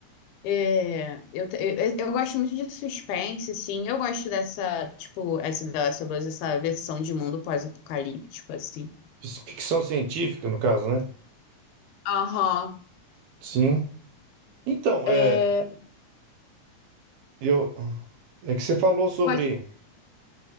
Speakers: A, on the left; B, on the right.
A: é, eu, te- eu, eu gosto muito de suspense, assim. Eu gosto dessa, tipo, essa, da sobre essa versão de mundo pós-apocalíptico, assim.
B: Fiz Ficção científica, no caso, né?
A: Aham.
B: Sim. Então,
A: É,
B: é, eu, é que você falou sobre,
A: pode.